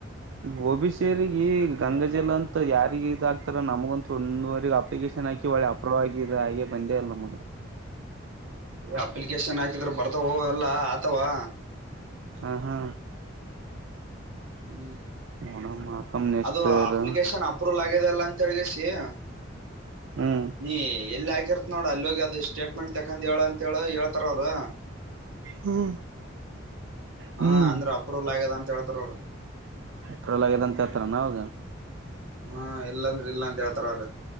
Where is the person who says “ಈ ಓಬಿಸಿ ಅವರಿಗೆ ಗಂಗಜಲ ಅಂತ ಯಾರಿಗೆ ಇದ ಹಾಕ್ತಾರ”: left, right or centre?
Right